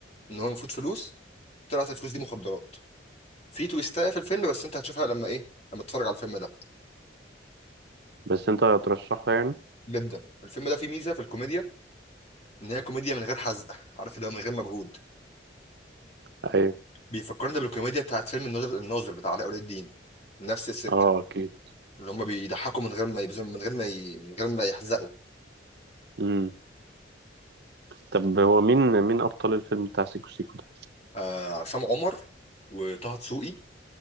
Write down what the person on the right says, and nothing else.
بس انت ترشحه يعني
ايوه
اه اكيد
امم طب هو مين مين ابطال الفيلم بتاع سيكو سيكو ده